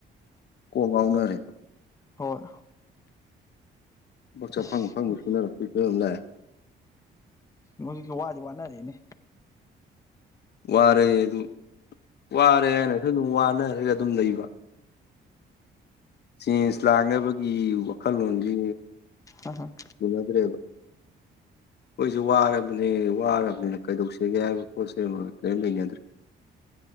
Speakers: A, on the left; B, on the left.
A: ꯀꯣꯛ ꯉꯥꯎꯅꯔꯦꯕ
B: ꯍꯣꯏ
A: ꯕꯁꯥ
B: ꯑꯁ
A: ꯐꯪ ꯐꯪꯕ ꯁꯨꯅꯔꯛꯄꯤꯈ ꯑꯃꯂꯦ
B: ꯍꯧꯖꯤꯛꯀꯤ ꯋꯥꯗꯤ ꯋꯥꯅꯔꯛꯏꯅꯦ
A: ꯋꯥꯔ ꯑꯗꯨ ꯋꯥꯔꯦ ꯍꯥꯏꯅꯁꯨ ꯑꯗꯨꯝ ꯋꯥꯅꯔꯒ ꯑꯗꯨꯝ ꯂꯩꯕ ꯆꯦꯟꯖ ꯂꯥꯡꯅꯕꯒꯤ ꯋꯥꯈꯜꯂꯣꯟꯁꯤ
B: ꯍ ꯍꯝ
A: ꯃꯅꯗꯦꯕ ꯑꯩꯈꯣꯏꯁꯨ ꯋꯥꯔꯕꯅꯦ ꯋꯥꯔꯕꯅꯤꯅ ꯀꯩꯗꯧꯁꯒꯦ ꯍꯥꯏꯕ ꯄꯣꯠꯁꯦ ꯑꯃ ꯀꯔꯤꯝ ꯂꯩꯅꯗ꯭ꯔꯔꯤ